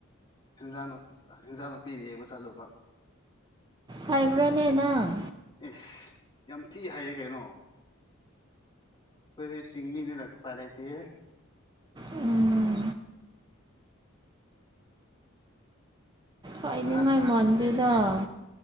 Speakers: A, on the left; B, on the right.
A: ꯍꯦꯟꯖꯥꯡ ꯅꯞ ꯏꯟꯖꯥꯡ ꯅꯥꯄꯤ ꯌꯦꯡꯕ ꯆꯠꯂꯨꯕ
B: ꯍꯩꯕ꯭ꯔꯅꯦ ꯅꯪ
A: ꯢꯁ ꯌꯥꯝ ꯊꯤ ꯍꯥꯏꯌꯦ ꯀꯩꯅꯣ ꯑꯩꯈꯣꯏꯗꯤ ꯆꯤꯡꯃꯤꯅꯤꯅ ꯎꯄꯥꯢ ꯂꯩꯇꯦꯍꯦ
B: ꯎꯝ ꯍꯥꯏꯅꯤꯡꯉꯥꯏ
A: ꯉꯍꯥꯛ
B: ꯃꯥꯟꯗꯦꯗ
A: ꯁꯦ